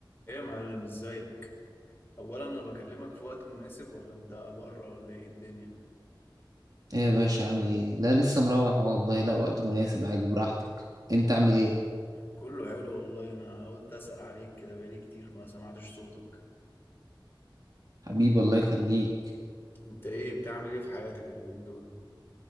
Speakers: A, on the left; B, on the right.
A: ايه يا معلم ازيك اولا انا بكلمك في وقت مناسب ولا انت بره ولا ايه الدنيا
B: ايه يا باشا عامل ايه لا لسه مروح أهو والله لا وقت مناسب عادي براحتك انت عامل ايه
A: كله حلو والله انا قلت اسأل عليك كده بقالي كتير ما سمعتش صوتك
B: حبيبي الله يخليك
A: انت ايه بتعمل ايه في حياتك اليومين دول